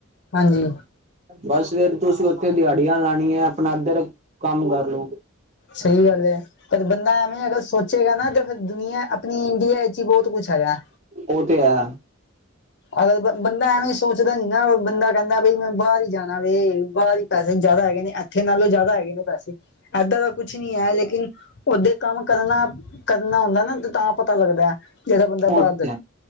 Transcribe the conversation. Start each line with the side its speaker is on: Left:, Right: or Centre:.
Left: ਹਾਂਜੀ।
Right: ਬਸ ਫਿਰ ਤੁਸੀਂ ਉੱਥੇ ਦਿਹਾੜੀਆਂ ਲਾਣੀਐ ਹੈ। ਆਪਣਾ ਇੱਧਰ ਕੰਮ ਕਰਲੋ।
Left: ਸਹੀ ਗੱਲ ਹੈ ਪਰ ਬੰਦਾ ਐਵੇਂ ਅਗਰ ਸੋਚੇਗਾ। ਨਾ ਤੇ ਫਿਰ ਦੁਨੀਆਂ, ਆਪਣੀ ਇੰਡੀਆ ਵਿੱਚ ਹੀ ਬੋਤ ਕੁਛ ਹੈਗਾ।
Right: ਉਹ ਤੇ ਹੈ।
Left: ਅਗਰ ਬੰਦਾ ਐਵੇਂ ਸੋਚਦਾ ਨੀ ਨਾ, ਬੰਦਾ ਕਹਿੰਦਾ ਬਈ ਮੈਂ ਬਾਹਰ ਹੀ ਜਾਣਾ ਵੇ, ਬਾਹਰ ਹੀ ਪੈਸੇ ਨ ਜ਼ਿਆਦਾ ਹੈਗੇ ਐਥੇ ਨਾਲੋਂ ਜ਼ਿਆਦਾ ਹੈਗੇ ਨੇ ਪੈਸੇ, ਐਦਾਂ ਦਾ ਕੁੱਛ ਨੀ ਹੈ ਲੇਕਿਨ। ਓਦੇ ਕੰਮ ਕਰਨਾ ਕਰਨਾ ਹੁੰਦਾ ਨਾ ਤਾਂ ਪਤਾ ਲੱਗਦਾ। ਜਿਹੜਾ ਬੰਦਾ
Right: ਉਹ
Left: ਬਾਹਰ-
Right: ਤੇ